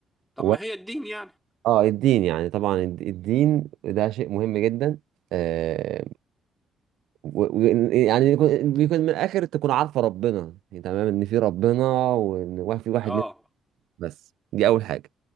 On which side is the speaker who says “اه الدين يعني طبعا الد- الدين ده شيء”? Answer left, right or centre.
Right